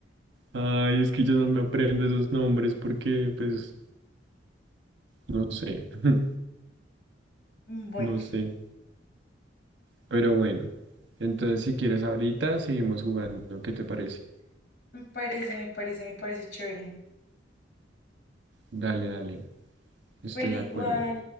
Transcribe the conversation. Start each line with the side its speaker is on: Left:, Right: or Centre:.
Right: Ay, es que yo no me aprendo esos nombres porque, pues, no sé, <laughs>
Left: Bueno,
Right: no sé, pero bueno, entonces si quieres ahorita seguimos jugando, ¿qué te parece?
Left: me parece, me parece, me parece chévere.
Right: Dale, dale, estoy
Left: Pero igual.
Right: de acuerdo.